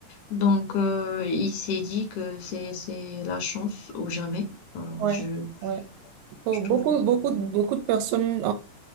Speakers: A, on the left (about 75°); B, on the right (about 80°).
A: Donc, euh, il s'est dit que c'est, c'est la chance ou jamais. Alors,
B: Ouais.
A: je,
B: Ouais. Pour
A: je
B: beaucoup,
A: trouve que
B: beaucoup, de- beaucoup de personnes